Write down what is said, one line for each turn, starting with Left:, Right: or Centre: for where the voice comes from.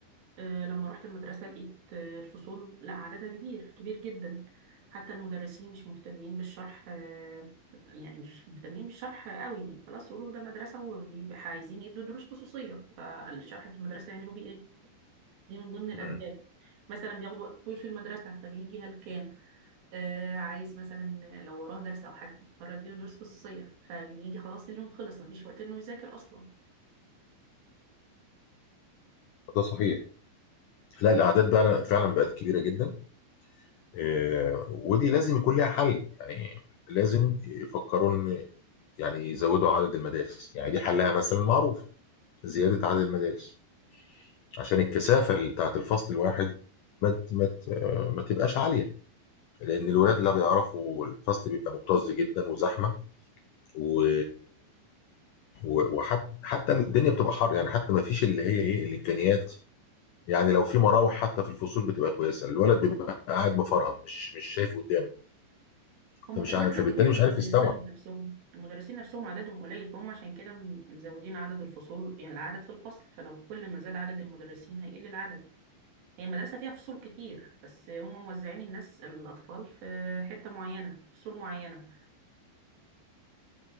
Right: آه، لما رحت المدرسة لقيت آه، الفصول لا عددها كبير كبير جدا حتى المدرسين مش مهتمين بالشرح آه، يعني مش مهتمين بالشرح قوي خلاص يقولوا ده مدرسة وبيبقى عايزين يدوا دروس خصوصية فالشرح في المدرسة يعملوا بيه ايه دي من ضمن الأسباب
Left: مم.
Right: مثلا بياخد وقت طويل في المدرسة فبيجي هلكان آه عايز مثلا لو وراه درس أو حاجة فبضطر أديله دروس خصوصية فبيجي خلاص اليوم خلص مفيش وقت إنه يذاكر أصلا
Left: ده صحيح لا الاعداد بقى فعلا بقت كبيره جدا آه، ودي لازم يكون لها حل يعني لازم يفكروا ان يعني يزودوا عدد المدارس يعني دي حلها مثلا معروف زياده عدد المدارس عشان الكثافه اللي بتاعت الفصل الواحد ما ت- ما ت- آه، ما تبقاش عاليه لان الولاد لا بيعرفوا الفصل بيبقى مكتظ جدا وزحمه و... و- وحتى حتى الدنيا بتبقى حر يعني حتى ما فيش اللي هي ايه الامكانيات يعني لو في مراوح حتى في الفصول بتبقى كويسه الولد بيبقى قاعد مفرهد مش مش شايف قدامه
Right: هم
Left: فمش
Right: كمان
Left: عارف
Right: عندهم
Left: فبالتالي مش
Right: المدرسين
Left: عارف يستوعب
Right: نفسهم المدرسين نفسهم عددهم قليل فهم عشان كده م- مزودين عدد الفصول يعني العدد في الفصل فلو كل ما زاد عدد المدرسين هيقل العدد هي المدرسة فيها فصول كتير بس هم موزعين الناس الأطفال في حتة معينة فصول معينة